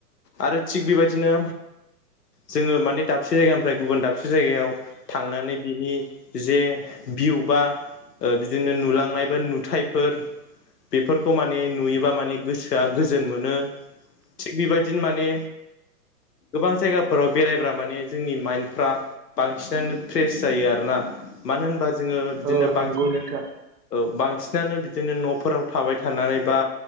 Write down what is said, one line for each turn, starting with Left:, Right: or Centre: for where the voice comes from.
Left: आरो थिग बेबादिनो जोङो माने दाबसे से जायगानिफ्राय गुबुन दाबसे जायगायाव थांनानै बिनि जे भिउ बा ओ बिदिनो नुलांनाय बा नुथायफोर बेफोरखौ माने नुयोबा माने गोसोआ गोजोन मोनो। थिग बेबादिनो माने गोबां जायगाफोराव बेरायब्रा माने जोंनि माइन्दफ्रा बांसिनानो फ्रेस जायो आरोना। मानो होनबा जो जोङो बिदिनो
Right: औ
Left: बांसिन
Right: नंगौ नोंथां
Left: औ बांसिन बांसिनानो बिदिनो न'फोराव थाबाय थानानै बा